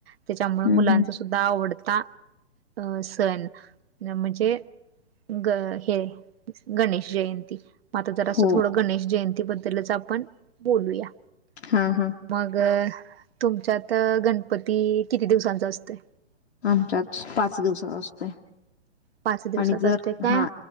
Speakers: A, on the right (about 60°); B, on the left (about 65°).
A: त्याच्यामूळ
B: हम्म
A: मुलांचा
B: हम्म
A: सुद्धा आवडता अ सण म्हणजे, ग- हे गणेश जयंती. म जरासं
B: हो
A: थोडं गणेश जयंती बद्दलच आपण बोलूया.
B: हा, हा.
A: मग तुमच्यात गणपती किती दिवसांचा आसतोय?
B: आमच्यात पाच दिवसाचा असतोय.
A: पाच दिवसाचा
B: आणि जर
A: असतोय काय?
B: हा